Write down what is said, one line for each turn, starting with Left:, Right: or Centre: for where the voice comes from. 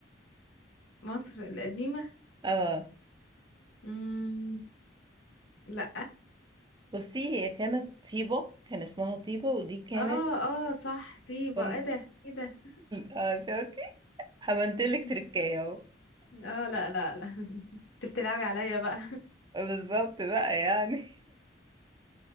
Left: مصر القديمة
Right: اه
Left: مم. لأ
Right: بصي هي كانت طيبة كان اسمها طيبة ودي كانت
Left: اه اه صح طيبة
Right: كن-
Left: ايه ده ايه ده
Right: اه شفتي عملتلك
Left: مم.
Right: تركاية اهو
Left: اه لا لا لا <laughs> انت بتلعبي عليا بقى
Right: بالظبط بقى يعني